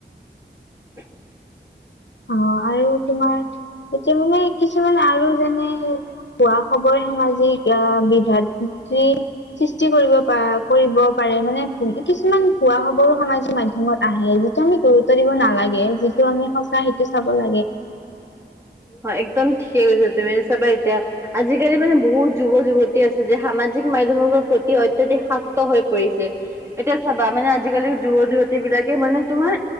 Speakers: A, on the right; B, on the left.
A: <inaudible>
B: অ' আৰু তোমাৰ, এতিয়া মানে কিছুমান আৰু যেনে ভুৱা খবৰ সামাজিক আহ বিভাতি সৃষ্টি কৰিব প কৰিব পাৰে মানে। কিছুমান ভুৱা খবৰো সামাজিক মাধ্যমত আহে, যিটো আমি গুৰুত্ব দিব নালাগে। যিটো আমি সঁচা সেই সেইটো চাব লাগে।
A: হয় একদম ঠিকে কৈছা তুমি চাবা এতিয়া আজিকালি মানে বহুত যুৱ-যুৱতী আছে যে সামা জিক মাধ্যমৰ প্ৰতি অত্যাধিক শাক্ত হৈ পৰিছে। এতিয়া চাবা মানে আজিকালি যুৱ-যুৱতী বিলাক। মানে তোমাৰ